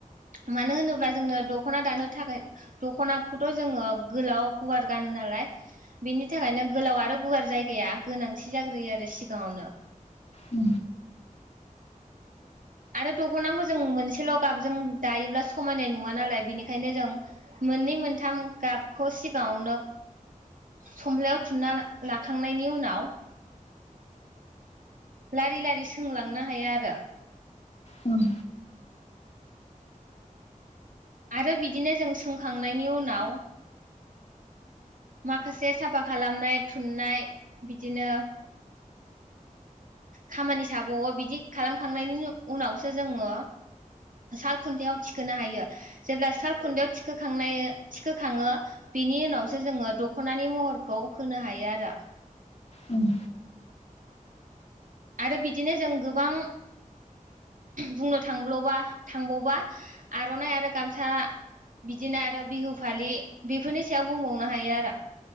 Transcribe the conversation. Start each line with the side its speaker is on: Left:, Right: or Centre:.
Right: मानो होनोब्ला जोंनो दख ख'ना दानो थाखाय दख'नाखौथ' जोङो गोलाव गुवार गानो नालाय बिनि थाखायनो गोलाव आरो गुवार जाय गाया गोनांथि जाग्रोयो आरो सिगाङावनो।
Left: उ।
Right: आरो दख'नांखौ जों मोनसेल' गाबजों दायोब्ला समायनाय नुवा नालाय बेनिखायनो जों मोननै मोनथाम गाबखौ सिगाङावनो समफ्लायाव थुना लाखांनायनि उनाव लारि लारि सोंलांनो हायो आरो।
Left: उम।
Right: आरो बिदिनो जों सोंखांनायनि उनाव माखासे साफा खालामनाय थुननाय बिदिनो खामानि साबावो बिदि खालामखांनायनि उनावसो जोङो साल खुन्थायाव थिखोनो हायो। जेब्ला सालखुन्दायाव थिखोखांनाय थिखोखाङो बेनि उनावसो जोङो दख'नानि महरखौ होनो हायो आरो।
Left: उम।
Right: आरो बिदिनो जों गोबां बुंनो थांब्ल'बा थांबावबा आर'नाइ आरो गामसा बिदिनो आरो बिहु फालि बेफोरनि सायाव बुंबावनो हायो आरो।